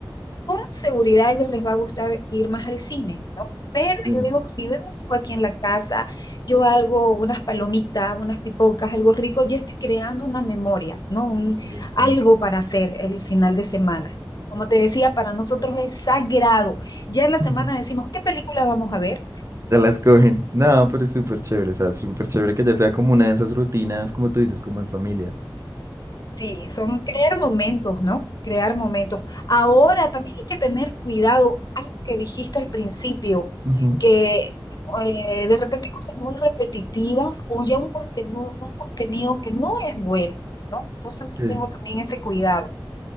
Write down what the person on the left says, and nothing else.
con seguridad a ellos les va a gustar ir más al cine, ¿no? Pero
yo digo, si vemos algo aquí en la casa, yo hago unas palomitas, unas pipocas, algo rico, yo estoy creando una memoria, ¿no? Un,
algo para hacer el final de semana. Como te decía, para nosotros es sagrado. Ya en la semana
decimos, ¿qué película vamos a ver?
Sí, son crear momentos, ¿no? Crear momentos. Ahora también hay que tener cuidado, algo que dijiste al principio,
que eh, de repente cosas muy repetitivas o ya un contenido, un contenido que no es bueno, ¿no? Yo siempre
tengo también ese cuidado.